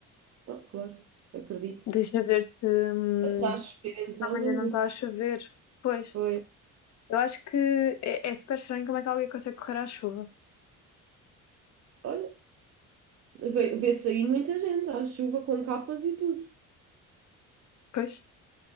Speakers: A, on the right; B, on the left.
A: Ah, claro, acredito.
B: Deixa ver se hum,
A: Está a chover então,
B: amanhã
A: meu
B: não
A: Deus.
B: está a chover. Pois,
A: Pois,
B: eu acho que é, é super estranho como é que alguém consegue correr à chuva.
A: olha, vê- vê-se aí muita gente à chuva com capas e tudo.
B: Pois,